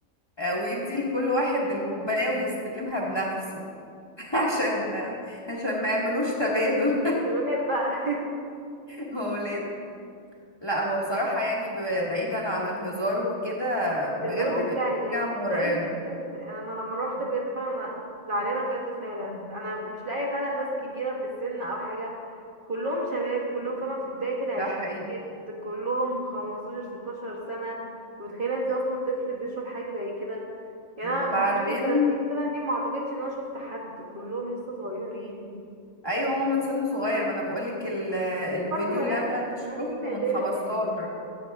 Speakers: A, on the left; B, on the right.
A: آه، ويدي لكل واحد الكوباية ويستلمها بنفسه <laughs> عشان عشان ما يعملوش تبادل
B: <laughs> شباب بقى <laughs>
A: <laughs> هو ولاد لا هو بصراحة يعني ب- بعيدا عن الهزار وكده بجد
B: يبقى الواحد
A: بقت
B: تعالي
A: حاجة
B: يعني انا
A: مرعبة
B: عايزه اقول لك بجد انا لما روحت بجد فعلا أنا كنت زعلانه بجد فعلا انا مش لاقيه فعلا ناس كبيره في السن او حاجه كلهم شباب كلهم فاهمه في بدايه العشرينات
A: ده حقيقي
B: كلهم 15 16 سنه متخيله انت اصلا طفل بيشرب حاجه زي كده يعني
A: وبعدين
B: انا من بعد ال 30 سنه دي ما اعتقدش ان انا شفت حد كلهم لسه صغيرين
A: ايوه هو من سن صغير ما انا بقولك ال- الفيديو
B: برضه بنات
A: اللي انا
B: بس
A: شفته
B: البنات دي نادره
A: من 15
B: يعني